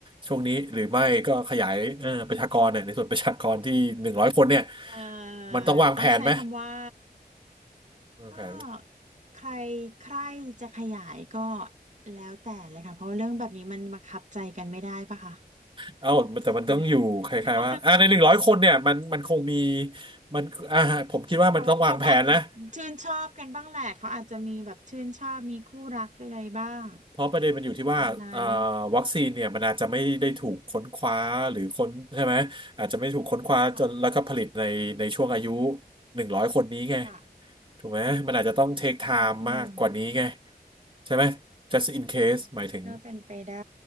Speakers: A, on the right (about 30°); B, on the right (about 45°).
A: ช่วงนี้หรือไม่ก็ขยายเออประชากรเนี่ยในส่วนประชากรที่หนึ่งร้อยคนเนี่ย
B: เอ่อ
A: มันต้องวางแผนไหม
B: ต้องใช้คำว่า
A: วางแผน
B: ก็ใครใครจะขยายก็แล้วแต่เลยค่ะเพราะว่าเรื่องแบบนี้มันบังคับใจกันไม่ได้ปะคะ
A: เอ้าแต่มันต้องอยู่คล้ายๆว่าอ่าในหนึ่งร้อยคนเนี่ยมันมันคงมี
B: ใช่ไหม <laughs>
A: มันอ่าผมคิดว่ามันต้องวางแผนนะ
B: เขาเขาก็อาจจะชื่นชอบกันบ้างแหละเขาอาจจะมีแบบชื่นชอบมีคู่รักใไรบ้าง
A: เพราะประเด็นมันอยู่ที่ว่าเอ่อ
B: ตามนั้น
A: วัคซีนเนี่ยมันอาจจะไม่ได้ถูกค้นคว้าหรือค้นใช่ไหมอาจจะไม่ถูกค้นคว้าจนแล้วก็ผลิตในในช่วงอายุ
B: <laughs> ค่ะ
A: หนึ่งร้อยคนนี้ไง
B: ค่ะ
A: ถูกไหมมันอาจจะต้องเทคไทม์มากกว่านี้ไง
B: อืม
A: ใช่ไหม just in
B: อืม
A: case หมายถึง
B: ก็เป็นไปได้